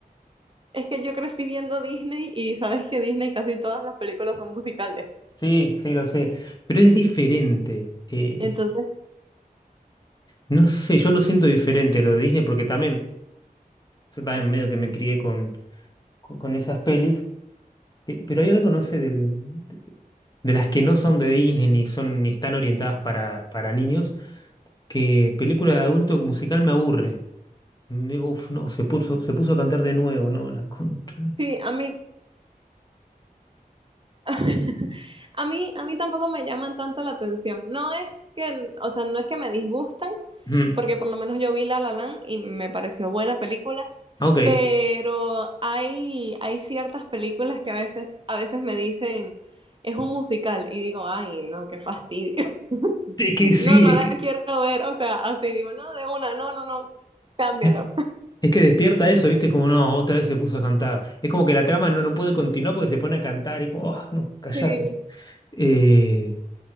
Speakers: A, on the right; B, on the left.
A: Es que yo crecí viendo Disney y sabes que Disney casi todas las películas son musicales.
B: Sí, sí, lo sé. Pero es diferente. eh,
A: Entonces,
B: no sé, yo lo siento diferente lo de Disney porque también, yo también medio que me crié con, con, con esas pelis. pe- Pero hay algo, no sé, del, de las que no son de Disney ni son ni están orientadas para, para niños, que película de adulto musical me aburre. Me Digo, "Uf, no, se puso, se puso a cantar de nuevo, no, la contra.
A: sí, a mí, <laughs> a mí, a mí tampoco me llaman tanto la atención. No es que, o sea, no es que me disgustan,
B: Ujú.
A: porque por lo menos yo vi La La Land y me pareció buena película,
B: Ah, Ok.
A: pero hay, hay ciertas películas que a veces, a veces me dicen, es un musical, y digo, ay, no, qué fastidio. <laughs>
B: Es que sí,
A: No, no
B: es
A: la quiero ver, o sea, así digo, no, de una, no, no, no, cámbialo.
B: que. Es que despierta eso, ¿viste? como, no, otra vez se puso a cantar. Es como que la trama no, no puede continuar porque se pone a cantar. Es como, oh, no, callate.
A: <laughs> Sí,
B: Eh,